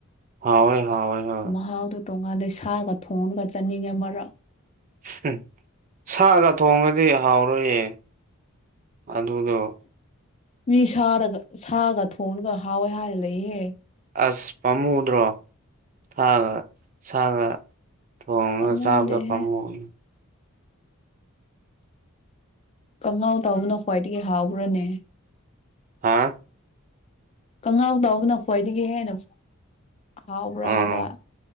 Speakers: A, on the right (about 35°); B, on the left (about 30°).
A: ꯍꯥꯎꯋꯦ ꯍꯥꯎꯋꯦ ꯍꯣꯏ
B: ꯃꯍꯥꯎꯗꯨ ꯇꯣꯉꯥꯜꯂꯦ ꯁꯥꯒ ꯊꯣꯡꯉꯒ ꯆꯥꯅꯤꯡꯉꯦ ꯃꯔꯛ
A: ꯍꯨꯝ ꯁꯥꯒ ꯊꯣꯡꯔꯗꯤ ꯍꯥꯎꯔꯣꯏꯌꯦ ꯑꯗꯨꯗꯣ
B: ꯃꯤ ꯁꯥꯔꯗꯒ ꯁꯥꯒ ꯊꯣꯡꯉꯒ ꯍꯥꯎꯋꯦ ꯍꯥꯏꯅ ꯂꯩꯍꯦ
A: ꯑꯁ ꯄꯥꯝꯃꯨꯗ꯭ꯔꯣ ꯊꯒ ꯁꯥꯒ ꯊꯣꯡꯉꯒ
B: ꯄꯥꯝꯃꯨꯗꯦꯍꯦ
A: ꯆꯥꯕꯗꯣ ꯄꯝꯃꯨꯏ
B: ꯀꯉꯥꯎ ꯇꯧꯕꯅ ꯈ꯭ꯋꯥꯏꯗꯒꯤ ꯍꯥꯎꯕ꯭ꯔꯅꯦ
A: ꯍꯥꯥ
B: ꯀꯉꯥꯎ ꯇꯥꯎꯕꯅ ꯈ꯭ꯋꯥꯏꯗꯒꯤ ꯍꯦꯟꯅ ꯍꯥꯎꯕ꯭ꯔꯥ
A: ꯑꯥ
B: ꯍꯥꯏꯕ